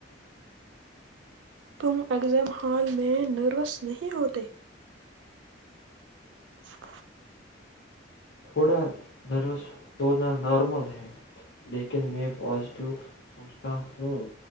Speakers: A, on the right; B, on the left.
A: تم اگزام ہال میں نروس نہیں ہوتے ھم
B: تھوڑا نروس ہونا نارمل ہے لیکن میں پازیٹیو سوچتا ہوں